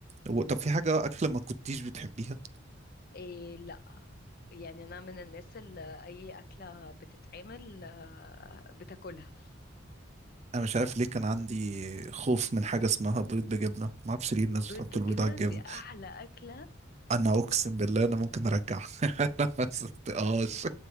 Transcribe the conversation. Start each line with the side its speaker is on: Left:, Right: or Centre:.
Right: و- طب في حاجة أكلة ما كنتيش بتحبيها؟
Left: إيه لا يعني انا من الناس اللي اي اكله بتتعمل آه، بتاكلها
Right: أنا مش عارف ليه كان عندي خوف من حاجة اسمها بيض بجبنة ما أعرفش ليه الناس
Left: بيض
Right: بتحط
Left: بالجبنه
Right: البيض على الجبنة
Left: دي احلى اكله
Right: انا اقسم بالله انا ممكن ارجع <laughs> انا ما صدقتهاش